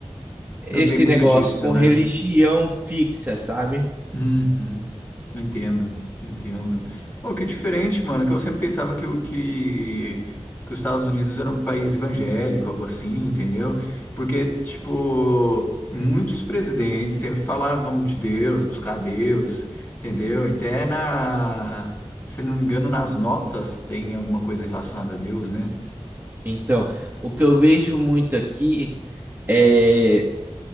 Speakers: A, on the right; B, on the left.
A: esse
B: não tem muito
A: negócio
B: disso,
A: com
B: né?
A: religião fixa, sabe?
B: Uhum. Entendo, entendo. Oh, que diferente, mano, que eu sempre pensava que o que, que os Estados Unidos era um país evangélico, algo assim, entendeu? Porque, tipo, muitos presidentes sempre falavam de Deus, buscar Deus, entendeu? E Até na, se não me engano, nas notas tem alguma coisa relacionada a Deus, né?
A: Então, o que eu vejo muito aqui é